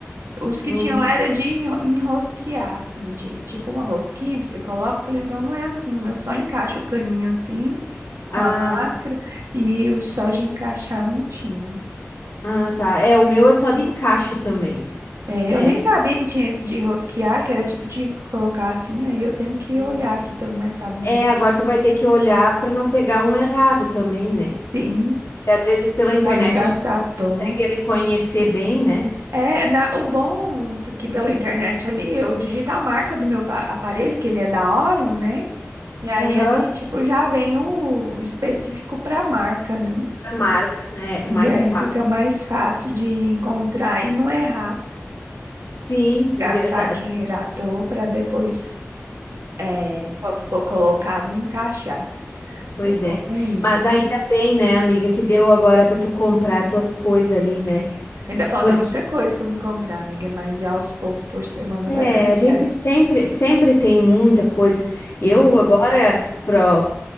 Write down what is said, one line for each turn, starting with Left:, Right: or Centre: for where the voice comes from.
Right: Os que
Left: uhum.
Right: tinha lá era de enro- enrosquear, assim, de tipo uma rosquinha que você coloca. Eu falei, o meu não é assim, o meu só encaixa o caninho assim, com
Left: Ah,
Right: a máscara, e o só de encaixar não tinha.
Left: ah, tá. É, o meu é só de encaixe também.
Right: É,
Left: É.
Right: eu nem sabia que tinha isso de rosquear, que era tipo de colocar assim, aí eu tenho que
Left: Hum.
Right: olhar aqui pelo Mercado
Left: É,
Right: Livre.
Left: agora tu vai ter que olhar para não pegar um errado também, né?
Right: Sim,
Left: Porque às vezes pela internet
Right: pra não gastar
Left: a gente
Right: à toa.
Left: consegue reconhecer bem, né?
Right: É, na- o bom porque pela internet ali, eu digito a marca do meu pa- aparelho, que ele é da Orum, né? E aí
Left: Aham,
Right: ali, tipo, já vem o específico pra marca, né?
Left: Pra marca. É,
Right: E
Left: é mais
Right: aí
Left: fácil.
Right: fica mais fácil de encontrar e não errar,
Left: Sim, é
Right: gastar
Left: verdade.
Right: dinheiro à toa pra depois, é, quando for colocar, não encaixar.
Left: Pois
Right: O bom
Left: é.
Right: é isso.
Left: Mas ainda bem, né, amiga, que deu agora para tu comprar tuas coisas ali, né?
Right: É. Ainda falta
Left: Porque
Right: muita coisa pra eu me comprar, amiga, mas aos poucos por semana
Left: É,
Right: vai dando
Left: a gente
Right: certo.
Left: sempre, sempre tem muita coisa.
Right: É.
Left: Eu agora, para